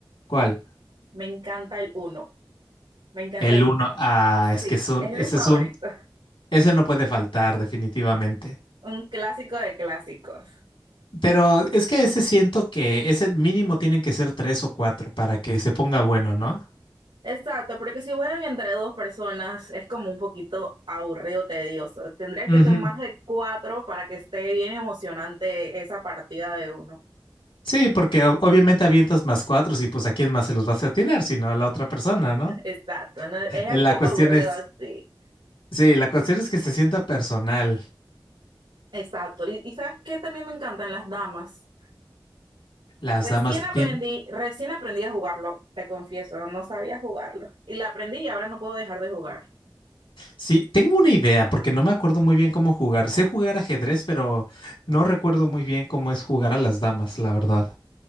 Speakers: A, on the left (about 80°); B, on the right (about 85°).
A: ¿Cuál?
B: Me encanta el uno. Me encanta
A: El
B: el
A: uno.
B: uno.
A: Ah, es
B: Sí,
A: que son,
B: es
A: ese
B: mi favorito.
A: es un,
B: <laughs>
A: ese no puede faltar definitivamente.
B: Un clásico de clásicos.
A: Pero es que ese siento que ese mínimo tienen que ser tres o cuatro para que se ponga bueno, ¿no?
B: Exacto, porque si juegan entre dos personas es como un poquito aburrido, tedioso. Tendría
A: Ujú.
B: que ser más de cuatro para que esté bien emocionante esa partida de uno.
A: Sí, porque o- obviamente avientas más cuatro y pues a quién más se los vas a atinar, sino a la otra persona,
B: <laughs>
A: ¿no?
B: Exacto, ¿no? Es
A: Eh,
B: un
A: La
B: poco
A: cuestión
B: aburrido
A: es,
B: así.
A: sí, la cuestión es que se sienta personal.
B: Exacto. Y, y ¿sabes qué? También me encantan las damas.
A: Las
B: Recién
A: damas
B: aprendí,
A: tien-
B: recién aprendí a jugarlo, te confieso, no sabía jugarlo. Y la aprendí y ahora no puedo dejar de jugar.
A: Sí, tengo una idea porque no me acuerdo muy bien cómo jugar. Sé jugar ajedrez, pero no recuerdo muy bien cómo es jugar a las damas, la verdad.